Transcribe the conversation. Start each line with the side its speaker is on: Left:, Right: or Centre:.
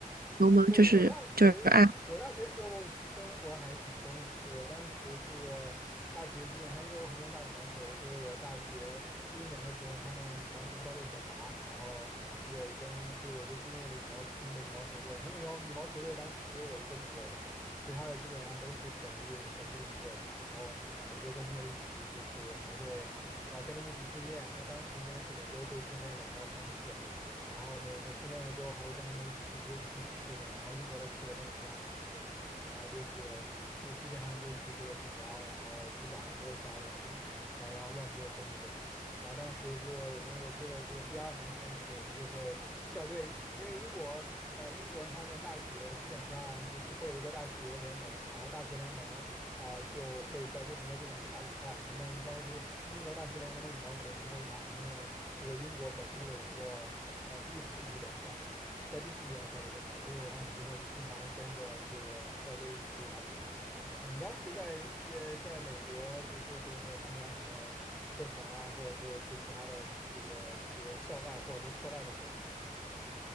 Right: 有吗？
Centre: 对，
Right: 就是就是爱。
Centre: 我大学，我大学时候生活还挺丰富。我当时这个大学基本上，因为我很喜欢打羽毛球，所以我大学第一年的时候，他们羽毛球校队选拔，然后这个我跟就我就进入了羽毛他们的羽毛球队。他们羽毛羽毛球队当时只有我一个中国人，其他的基本上都是本地本地英国人。然后我就跟他们一起，就是还会呃跟他们一起训练。那当时应该是每周会训练两到三次。然后每每训练了之后，还会跟他们一起去吃去吃吃的。然后英国的吃的但是非常难吃，然后就是就基本上就是这个薯条，然后披萨，没有其他东西了。然后然后要么就是喝啤酒。然后当时这个我们我记得这个第二年开始，我们就会校队，因为英国呃英国他们大学基本上就是会有一个大学联盟，然后大学联盟。啊、就会在不同的地方去打比赛。他们一般是英国大学联盟的羽毛球是会打他们这个英国本地的一个呃第四级联赛，在第四级联赛里面打，所以我当时就会经常跟着这个校队一起出去打比赛。啊，你当时在也在美国读书的时候，有没有参加什么社团啊，或者说有些其他的这个一些校外或者说课外的活动？